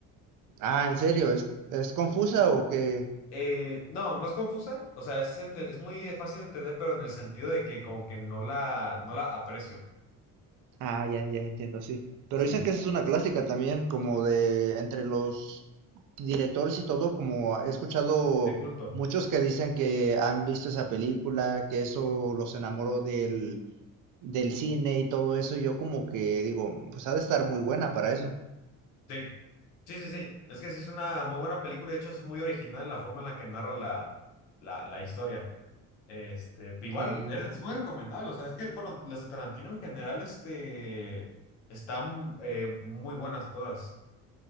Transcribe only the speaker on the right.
Ah, ¿en serio? ¿Es, es confusa o qué?
Ah, ya, ya entiendo, sí. Pero
dicen que esa es una clásica también, como de entre los directores y todo, como he escuchado
muchos que dicen que han visto esa película, que eso los enamoró del, del cine y todo eso, y yo como que digo, pues ha de estar muy buena para eso.
Sí.